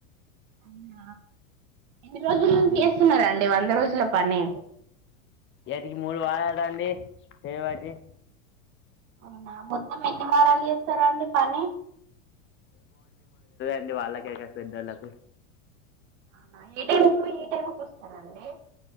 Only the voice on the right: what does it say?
అవున ఎన్ని రోజుల నుంచి
చేస్తున్నారండి వంద రోజుల పని
అవున మొత్తం ఎన్ని వారాలు చేస్తారండి పని
అవునా, ఏ టైమ్ కు పోయి ఏ టైమ్ వస్త వస్తారండి